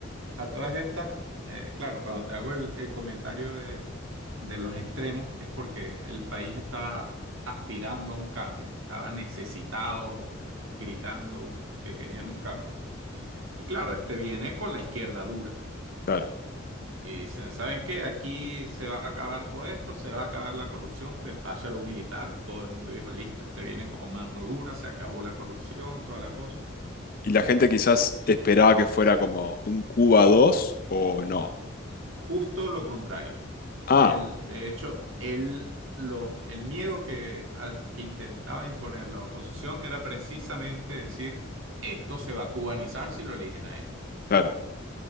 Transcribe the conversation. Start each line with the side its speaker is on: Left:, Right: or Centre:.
Right: A todas estas, eh, claro, cuando te hago el, el comentario de, de los extremos es porque el país estaba aspirando a un cambio, estaba necesitado, gritando que querían un cambio. Y claro, este viene con la izquierda dura.
Left: claro.
Right: Y dicen, ¿saben qué? Aquí se va a acabar todo esto, se va a acabar la corrupción. De paso era un militar, todo el mundo dijo, listo, este viene con mano dura, se acabó la corrupción, toda la cosa.
Left: Y la gente quizás esperaba que fuera como un Cuba 2 o no.
Right: Justo lo contrario.
Left: Ah,
Right: El, de hecho, el, lo- el miedo que, al- que intentaba imponer la oposición era precisamente decir, esto se va a cubanizar si lo eligen a él.
Left: claro,